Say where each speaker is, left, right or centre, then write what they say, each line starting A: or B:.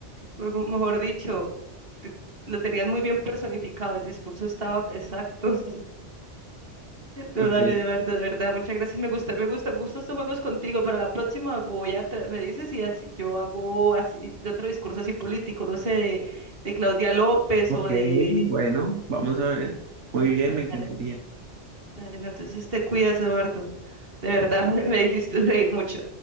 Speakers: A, on the right; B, on the right.
A: Pues, mo- Mejor dicho, te- lo tenías muy bien personificado, el discurso estaba exacto. <laughs> No,
B: Ok,
A: dale, Eduardo, de verdad, muchas gracias. Me gusta, me gusta, me gustan estos juegos contigo. Para la próxima voy a, tra- me dices y así yo hago así, de otro discurso así político, no sé, de, de Claudia López
B: ok,
A: o de...
B: bueno, vamos a ver. Muy bien,
A: Dale,
B: me encantaría.
A: dale, dale, no, entonces te cuidas, Eduardo. De verdad, <laughs> me, me hiciste reír mucho.